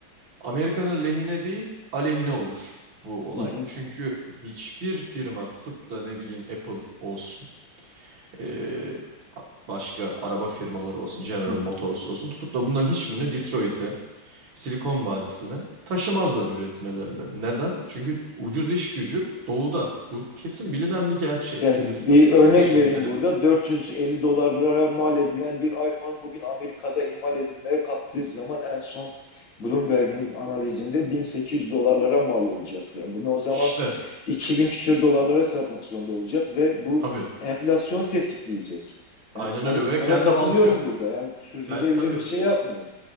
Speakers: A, on the right (about 70°); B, on the left (about 70°).
A: Amerika'nın lehine değil aleyhine olur bu olay.
B: hı,
A: Çünkü hiçbir firma tutup da ne bileyim Apple olsun e, başka araba firmaları olsun, General
B: hı
A: Motors olsun tutup da bunların hiçbirini Detroit'e, Silikon Vadisi'ne taşımazlar üretmelerini. Neden? Çünkü ucuz iş gücü doğuda. Bu kesin bilinen bir gerçek.
B: Yani
A: Hindistan'da,
B: bir örnek
A: Çin'de.
B: vereyim burada. 450 dolarlara mal edilen bir iPhone bugün Amerika'da imal edilmeye kalktığı zaman en son Bloomberg'in analizinde 1800 dolarlara mal olacak. Yani bunu o zaman
A: İşte
B: 2000 küsür dolarlara satmak zorunda olacak ve bu
A: tabii.
B: enflasyon tetikleyecek.
A: Aynen
B: Yani sana,
A: öyle ve
B: sana
A: kendi
B: katılıyorum
A: halkı.
B: burada. Yani sürdürülebilir
A: Kend, tabii.
B: bir şey yapmıyor.